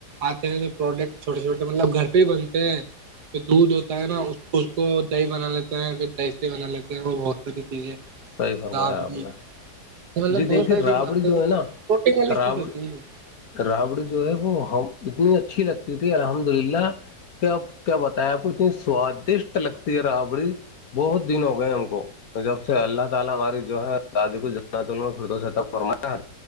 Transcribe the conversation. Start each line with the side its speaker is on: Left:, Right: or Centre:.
Right: آتے ہیں جو پروڈکٹ چھوٹے چھوٹے مطلب گھر پہ ہی بنتے ہیں پھر دودھ ہوتا ہے نا اس اس کو دہی بنا لیتے ہیں پھر دہستے بنا لیتے ہیں وہ بہت ساری چیزیں
Left: صحیح فرمایا
Right: رابڑی
Left: آپ نے
Right: مطلب
Left: جی
Right: بہت
Left: دیکھیے
Right: ساری
Left: رابڑ
Right: چیز بناتے ہو
Left: جو ہے نا
Right: پروٹین والی
Left: رابڑ
Right: چیز ہوتی ہے
Left: رابڑی جو ہے وہ اتنی اچھی لگتی تھی الحمد للہ کیا کیا بتائیں آپ کو اتنی سوادشٹ لگتی ہے رابڑی بہت دن ہو گئے ہم کو جب سے اللہ تعالی ہماری جو ہے دادے کو فردوس عطا فرمائے